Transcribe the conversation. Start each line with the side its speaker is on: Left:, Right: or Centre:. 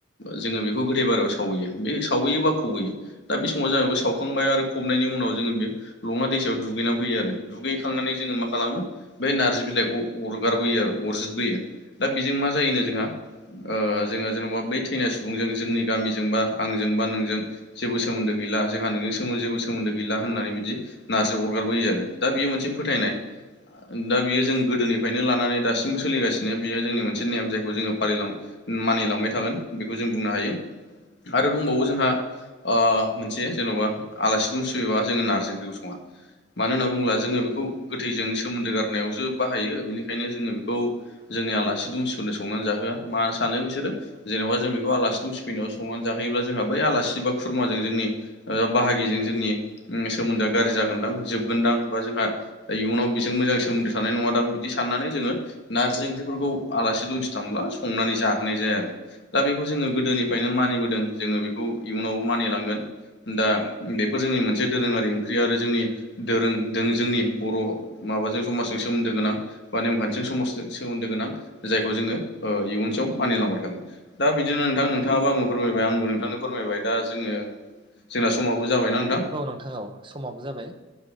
Left: जोङो बेखौ गोदै बारायाव सावहैयो बे सावहैयो बा फौैयो दा बे समाव जाहबो साव फुखांबाय आरो फबनायनि उनाव जोङो बे लङा दैसायाव दुगैनानै फैयो आरो दुगैखांनानै जोङो मा खालामो। बे नार्जि बिलाइखौ अरगारबोयो आरो अरजदबोयो दा बेजों मा जायोनो जोंहा। ओ जोंहा जेनेबा बै थैनाय सुबुंजों जोंनि गामिजों बा आंजों बा नोंजों। जेबो सोमोन्दो गैला जोंहा नोंनि समाव जेबो सोमोन्दो गैला होननानै बिदि नार्जि अरगारबोयो आरो दा बेयो मोनसे फोथायनाय। दा बियो जों गोदोनिफ्रायनो लानानै दासिमबो सोलिगासिनो बियो जोंनि मोनसे नेम जायखौ जोङो फालिलाङो मानिलांबाय थागोन बेखौ जों बुंनो हायो आरो दंबावो जोंहा। ओ मोनसे जेन'बा आलासि दुम सयोबा जोङो नारजि ओंख्रिखौ सङा। मानो होनना बुङोब्ला जोङो बेखौ गोथैजों सोमोन्दो गारनायावसो बाहायो। बेनिखायनो जोङो बेखौ जोंनि आलासि दुमसिफोरनो संनानै जाहोआ मा सानो बिसोरो जेनेबा जों बेखौ आलासि दं फिफैनायाव संनानै जाहैयोब्ला जोंहा बै आलासि बा खुरमाजों जोंनि बाहागिजों जोंनि सोमोन्दोआ गाज्रि जागोनदां जोबगोनदां बा जोंहा इयुनाव जों मोजां सोमोन्दो थानाय नंङा दां बिदि साननानै जोंङो नार्जि ओंख्रिफोरखौ आलासि दुमसि थांब्ला स संनानै जाखोनाय जाया आरो। दा बेखौ जोङो गोदोनिफ्रायनो मानिबोदों जोङो बेखौ इयुनावबो मानिलांगोन। दा बेफोर जोंनि मोनसे दोरोङारि ओंख्रि आरो जोंनि दोरों जोंनि बर' माबाजों समाजजों सोमोन्दो गोनां बा नेमखान्थिजों समाजजों सोमोन्दो गोनां जायखौ जोङो। इयुनसेयाव मानिलांबाय थागोन दा बिदिनो नोंथां नोंथाङाबो आंबो फोरमायबाय आंबो नोंथांनो फोरमायबाय दा जोङो। जोंना समाबो जाबायना नोंथां
Right: औ नोंथां औ समाबो जाबाय।